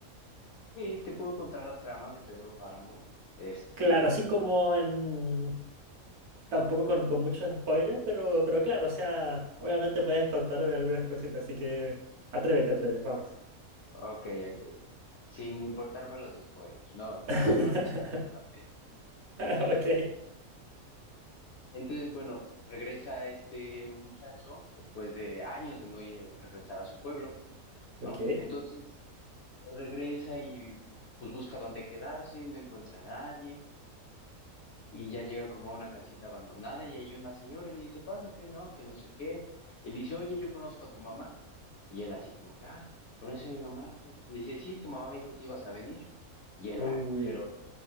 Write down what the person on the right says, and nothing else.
Claro, así como en... Tampoco con, con muchos spoilers, pero, pero claro, o sea, obviamente puedes contarme algunas cositas, así que atrévete, atrévete, vamos.
<laughs>
Ok.
Ok.
Uy,